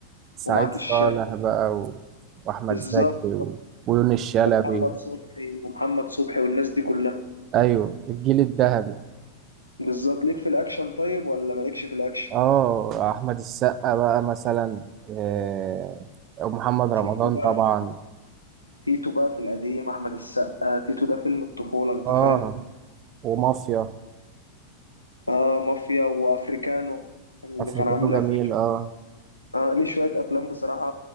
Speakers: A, on the right; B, on the left.
A: سعيد
B: ومعاك
A: صالح
B: الشاي
A: بقى و... واحمد
B: بالظبط
A: زكي و... ويونس شلبي
B: محمد صبحي ومحمد صبحي والناس دي كلها
A: ايوه الجيل الذهبي
B: بالظبط ليك في الاكشن طيب ولا مالكش في الاكشن
A: اه احمد السقا بقى مثلا آه، ومحمد رمضان
B: تيتو بقى
A: طبعا
B: تيتو بقى في القديم احمد السقا تيتو ده فيلم الطفوله انت
A: اه
B: فاهم
A: ومافيا
B: اه مافيا وافريكانو اللي
A: افريكانو
B: كان عامل
A: جميل
B: افريكا
A: اه
B: اه ليه شويه افلام بصراحه